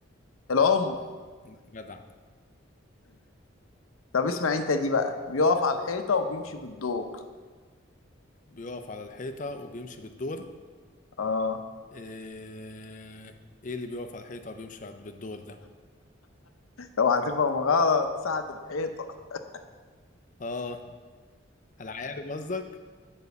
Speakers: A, on the left; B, on the left.
A: العمر
B: جدع
A: طب اسمع انت دي بقى بيقف على الحيطة وبيمشي بالدور
B: بيقف على الحيطة وبيمشي بالدور
A: اه
B: ايه, إيه اللي بيقف على الحيطة وبيمشي على- بالدور ده
A: لو هتفهم غلط ساعة الحيطة <laughs>
B: اه العقارب قصدك